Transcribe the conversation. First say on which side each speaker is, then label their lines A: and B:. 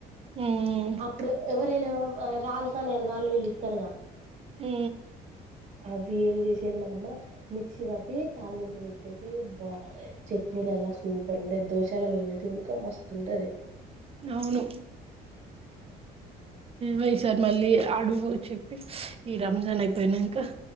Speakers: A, on the right (about 35°); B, on the right (about 55°).
A: ఉమ్
B: అప్పుడు ఎవరైనా రాలతా నేను వాళ్ళు వీళ్ళు ఇస్తారుగా
A: ఉ
B: అవి ఏం చేసేది మా అమ్మ మిక్సీ పట్టి తాళిలింపులు పెట్టేది బా చె చట్నీలలా సూపర్ ఉండే దోశాలలో అనేది ఇంకా మస్తుంటది
A: అవును వై సార్ మళ్ళీ అడుగు చెప్పి ఈ రంజాన్ అయిపోయినాంక